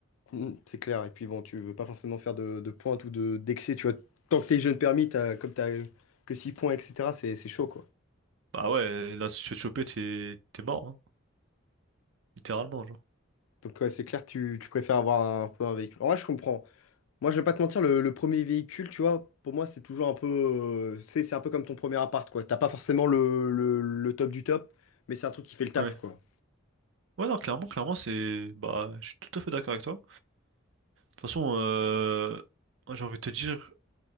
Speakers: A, on the left; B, on the right.
A: mm, c'est clair. Et puis bon, tu veux pas forcément faire de, de pointe ou de d'excès, tu vois. Tant que t'es jeune permis, t'as, comme t'as euh, que 6 points, etc., c'est c'est chaud, quoi.
B: Bah ouais, là, si tu te fais choper, t'es, t'es mort, hein, littéralement, genre.
A: Donc ouais, c'est clair, tu, tu préfères avoir un peu un véhicule. En vrai, je comprends. Moi, je vais pas te mentir, le, le premier véhicule, tu vois, pour moi, c'est toujours un peu. euh, c'est c'est un peu comme ton premier appart, quoi. T'as pas forcément le, le- le top du top, mais c'est un truc qui fait le taf,
B: Ouais.
A: quoi.
B: Ouais, non, clairement, clairement, c'est. Bah, je suis tout à fait d'accord avec toi. De toute façon, euh, moi, j'ai envie de te dire.